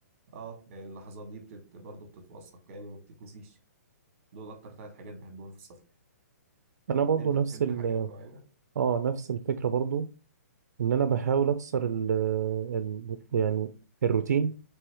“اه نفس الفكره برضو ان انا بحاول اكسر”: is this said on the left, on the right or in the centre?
Right